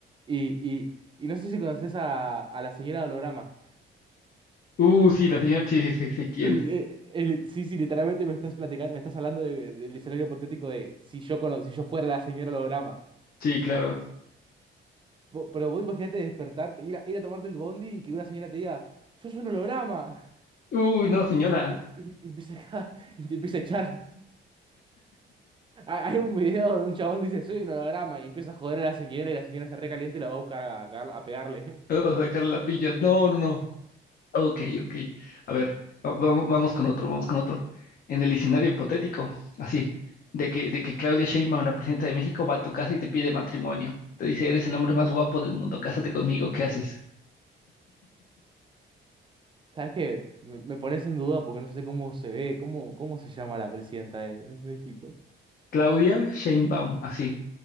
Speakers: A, on the right; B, on the left.
A: Y, y, y no sé si conoces a, a la señora Holograma.
B: uh, sí, la señora, sí, sí, sí, sí, ¿quién?
A: Eh, el- sí, sí, literalmente me estás platicando, me estás hablando de- del escenario hipotético de si yo cono- si yo fuera la señora holograma.
B: Sí, claro.
A: Vo- Pero vos imagínate despertarte, ir a, ir a tomarte el bondi y que una señora te diga, sos un holograma. <laughs>
B: Uy, no, señora,
A: Y, y te empieza a, <laughs> y te empieza a echar. Ha- Hay un video de un chabón dice, soy un holograma, y empieza a joder a la señora y la señora se recalienta y la va a buscar a, cagar- a pegarle. <laughs>
B: o o sacarle la pilla. No, no, no. Ok, ok. A ver, va- va- vamos con otro, vamos con otro. En el escenario hipotético, así, de que, de que Claudia Sheinbaum, la presidenta de México, va a tu casa y te pide matrimonio. Te dice, eres el hombre más guapo del mundo, cásate conmigo, ¿qué haces?
A: ¿Sabes qué? Me, me pones en duda porque no sé cómo se ve, cómo, cómo se llama la presidenta de México. <laughs>
B: Claudia Sheinbaum, así.